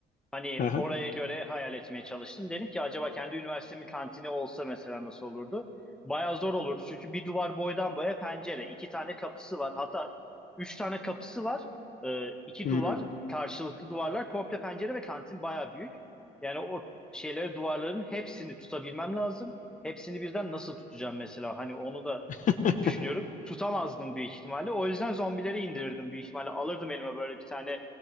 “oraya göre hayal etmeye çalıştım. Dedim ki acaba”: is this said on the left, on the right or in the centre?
Centre